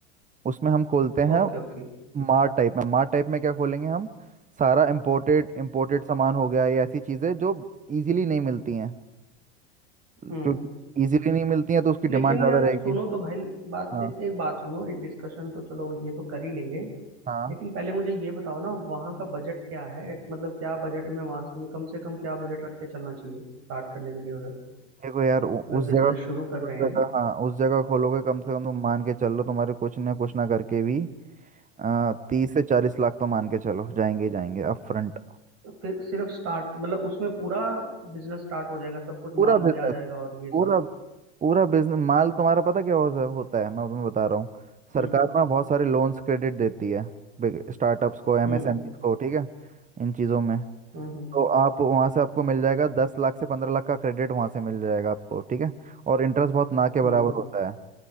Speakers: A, on the right; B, on the right.
A: उसमें हम खोलते हैं
B: Okay okay
A: मार्ट टाइप में मार्ट टाइप में क्या खोलेंगे हम सारा इम्पोर्टेड इम्पोर्टेड सामान हो गया या ऐसी चीज़ें जो इजीली नहीं मिलती हैं
B: हम्म
A: क्योंकि इजीली नहीं मिलती हैं तो उसकी डिमांड
B: लेकिन
A: ज़्यादा
B: यार
A: रहेगी
B: सुनो तो भाई बात
A: हाँ
B: एक, एक बात सुनो ये डिस्कशन तो चलो ये तो कर ही लेंगे
A: हाँ
B: लेकिन पहले मुझे ये बताओ ना वहाँ का बजट क्या है मतलब क्या बजट में वहाँ से कम से कम क्या बजट रख के चलना चाहिए स्टार्ट करने के लिए उधर
A: देखो यार उ-
B: अगर
A: उस
B: बिजनेस
A: जगह
B: शुरू कर
A: उस
B: रहे हैं
A: जगह हाँ उस जगह खोलोगे कम से कम तुम मान के चलो तुम्हारे कुछ ना कुछ ना करके भी आ, तीस से चालीस लाख तो मान के चलो जाएंगे ही जाएंगे अप फ्रंट
B: तो फिर सिर्फ स्टार्ट मतलब उसमें पूरा बिजनेस स्टार्ट हो जाएगा सब कुछ
A: पूरा
B: माल भी
A: बिजनेस
B: आ जाएगा और ये सब
A: पूरा पूरा बिजनेस माल तुम्हारा पता क्या हो- होता है मैं तुम्हें बता रहा हूँ सरकार
B: हम्म
A: ना बहुत सारे लोन्स क्रेडिट देती है स्टार्टअप्स को एमएसएमईज
B: हम्म
A: को ठीक है इन चीज़ों में
B: हम्म हम्म
A: तो आप वहाँ से आपको मिल जाएगा दस लाख से पंद्रह लाख का क्रेडिट वहाँ से मिल जाएगा आपको ठीक है और इंटरेस्ट बहुत ना के बराबर
B: हम्म
A: होता है